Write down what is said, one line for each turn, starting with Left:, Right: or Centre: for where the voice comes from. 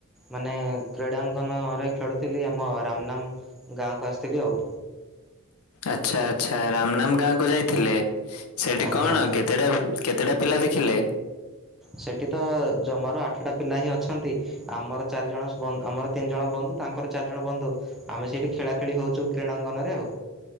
Centre: ମାନେ କ୍ରୀଡ଼ାଙ୍ଗନରେ ଖେଳୁଥିଲି ଆମ ରାମନାମ୍ ଗାଁକୁ ଆସିଥିଲି ଆଉ।
Left: ଆଚ୍ଛା ଆଚ୍ଛା ରାମନାମ ଗାଁକୁ ଯାଇଥିଲେ ସେଠି
Centre: ଆଜ୍ଞା।
Left: କଣ କେତ ତେଟା କେତେଟା ପିଲା ଦେଖିଲେ?
Centre: ସେଠି ତ ଜମାରୁ ଆଠଟା ପିଲା ହିଁ ଅଛନ୍ତି ଆମର ଚାରି ଜଣ ଶ୍ବନ୍ ଆମର ତିନି ଜଣ ବନ୍ଧୁ ତାଙ୍କର ଚାରି ଜଣ ବନ୍ଧୁ ଆମେ ସେଇଠି ଖେଳାଖେଳି ହଉଚୁ କ୍ରୀଡ଼ାଙ୍ଗନରେ ଆଉ।